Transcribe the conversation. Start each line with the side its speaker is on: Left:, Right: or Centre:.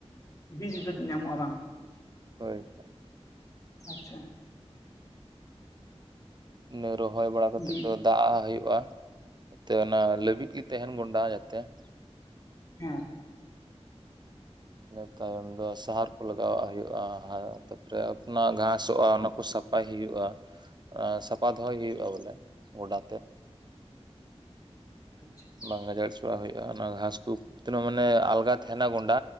Left: ᱵᱤᱡᱽ ᱧᱟᱢᱚᱜᱼᱟ, ᱵᱟᱝ?
Right: ᱦᱳᱭ ᱾
Left: ᱟᱪᱪᱷᱟ ᱾
Right: ᱤᱱᱟᱹ, ᱨᱚᱦᱚᱭ ᱵᱟᱲᱟ ᱠᱟᱛᱮᱫ
Left: ᱵᱤ
Right: ᱫᱚ ᱫᱟᱜ ᱟᱜ ᱦᱩᱭᱩᱜᱼᱟ ᱾ ᱡᱟᱛᱮ ᱚᱱᱟ ᱞᱟᱹᱵᱤᱫ ᱜᱮ, ᱛᱟᱦᱮᱱ ᱜᱚᱸᱰᱟ ᱡᱟ ᱛᱮ ᱾
Left: ᱦᱮᱸ᱾
Right: ᱤᱱᱟᱹ ᱛᱟᱭᱚᱢ ᱫᱚ, ᱥᱟᱦᱟᱨ ᱠᱚ ᱞᱟᱜᱟᱣᱼᱟᱜ ᱦᱩᱭᱩᱜᱼᱟ ᱾ ᱛᱟᱯᱚᱨᱮ ᱟᱯᱱᱟ ᱜᱷᱟᱸᱥᱚᱜᱼᱟ, ᱚᱱᱟ ᱠᱚ ᱥᱟᱯ ᱥᱟᱯᱷᱟᱭ ᱦᱩᱭᱩᱜᱼᱟ, ᱥᱟᱯᱷᱟ ᱫᱚᱦᱚᱭ ᱦᱩᱭᱩᱜᱼᱟ ᱵᱚᱞᱮ, ᱜᱚᱰᱟ ᱛᱮᱫ ᱾
Left: ᱟᱪᱪᱷᱟ ᱾
Right: ᱵᱟᱝ ᱜᱟᱡᱟᱲ, ᱦᱚᱪᱚᱣᱟᱜ ᱦᱩᱭᱩᱜᱼᱟ ᱾ ᱚᱱᱟ ᱜᱷᱟᱸᱥ ᱠᱚ, ᱛᱤᱱᱟᱹᱜ ᱢᱟᱱᱮ ᱟᱞᱜᱟ ᱛᱟᱦᱮᱱᱟ ᱜᱚᱸᱰᱟ,